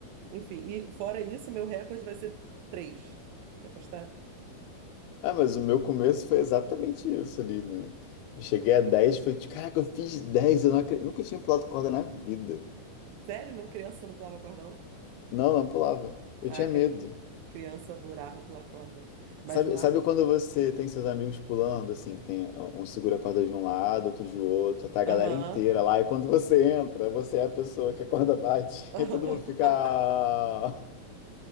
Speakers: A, on the right; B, on the left.
A: Enfim, e fora isso, meu recorde vai ser três. Quer apostar?
B: Ah, mas o meu começo foi exatamente isso ali, né? Eu cheguei a 10, foi de, caraca, eu fiz 10, eu não acre- nunca tinha pulado corda na vida.
A: Sério? Não, criança não pulava corda, não?
B: Não, não pulava. Eu
A: Ah,
B: tinha
A: cri-
B: medo.
A: criança adorava pular corda. Mas,
B: Sabe,
A: ma...
B: sabe quando você tem seus amigos pulando, assim, que tem um um segura a corda de um lado, outro de outro, tá a galera
A: Aham.
B: inteira lá, e quando você entra, você é a pessoa que a corda bate, <laughs>
A: aham.
B: aí todo mundo fica,
A: <laughs>
B: ah,